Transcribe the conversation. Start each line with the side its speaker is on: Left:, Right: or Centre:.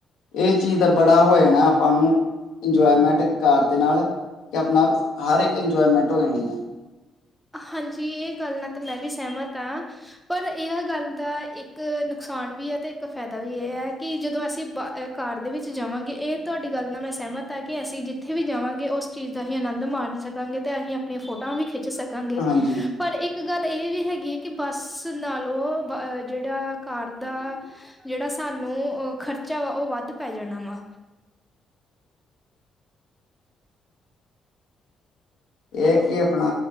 Left: ਇਹ ਚੀਜ਼ ਦਾ ਬੜਾ ਹੋਏ ਨਾ ਆਪਾਂ ਨੂੰ ਇੰਜੋਏਮੈਂਟ ਕਾਰ ਦੇ ਨਾਲ ਕਿ ਆਪਣਾ ਹਰ ਇੱਕ ਇੰਜੋਏਮੈਂਟ ਹੋ ਜਾਣੀ ਆ
Centre: ਹਾਂਜੀ ਇਹ ਗੱਲ ਨਾਲ ਤੇ ਮੈਂ ਵੀ ਸਹਿਮਤ ਹਾਂ ਪਰ ਇਹ ਗੱਲ ਦਾ ਇੱਕ ਨੁਕਸਾਨ ਵੀ ਹੈ ਤੇ ਇੱਕ ਫਾਇਦਾ ਵੀ ਇਹ ਹੈ ਕਿ ਜਦੋਂ ਅਸੀਂ ਕਾਰ ਦੇ ਵਿੱਚ ਜਾਵਾਂਗੇ ਇਹ ਤੁਹਾਡੀ ਗੱਲ ਨਾਲ ਮੈਂ ਸਹਿਮਤ ਆ, ਤਾਂ ਕਿ ਅਸੀਂ ਜਿੱਥੇ ਵੀ ਜਾਵਾਂਗੇ ਉਸ ਚੀਜ਼ ਦਾ ਅਸੀਂ ਆਨੰਦ ਮਾਣ ਸਕਾਂਗੇ ਤੇ ਅਸੀਂ ਆਪਣੀਆਂ ਫੋਟੋਆਂ ਵੀ ਖਿੱਚ ਸਕ ਗੇ
Left: ਹਾਂਜੀ
Centre: ਪਰ ਇੱਕ ਇੱਕ ਗੱਲ ਇਹ ਵੀ ਹੈਗੀ ਹੈ ਕਿ ਬੱਸ ਨਾਲੋਂ ਜਿਹੜਾ ਕਾਰ ਦਾ ਜਿਹੜਾ ਸਾਨੂੰ ਅ ਖਰਚਾ ਵਾ ਉਹ ਵੱਧ ਪੈ ਜਾਣਾ ਵਾ
Left: ਇਹ
Centre: ਹੈਲੋ
Left: ਕਿ ਆਪਣਾ